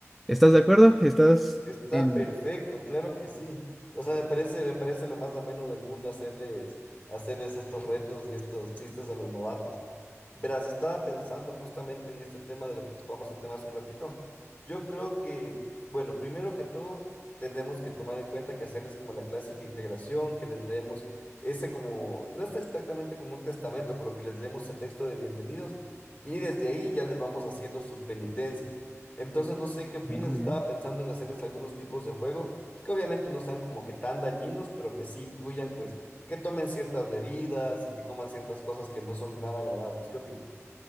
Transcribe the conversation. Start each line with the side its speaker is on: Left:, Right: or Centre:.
Centre: ¿estás de acuerdo? ¿Estás
Left: Está
Centre: en...
Left: perfecto, claro que sí. O sea, me parece, me parece lo más ameno del mundo hacerles, hacerles estos retos y estos chistes a los novatos. Verás, estaba pensando justamente en este tema de lo que tocamos el tema hace un ratito. Yo creo que, bueno, primero que todo, tenemos que tomar en cuenta que hacerles como la clásica integración, que les leemos ese como, no es exactamente como un testamento, pero que les leemos ese texto de bienvenidos y desde ahí ya les vamos haciendo sus penitencias. Entonces, no sé qué opinas,
Centre: Ya, muy
Left: estaba
Centre: bien.
Left: pensando en hacerles algunos tipos de juegos que obviamente no sean como que tan dañinos, pero que sí incluyan, pues, que tomen ciertas bebidas y que coman ciertas cosas que no son nada agradables. ¿Qué opinas?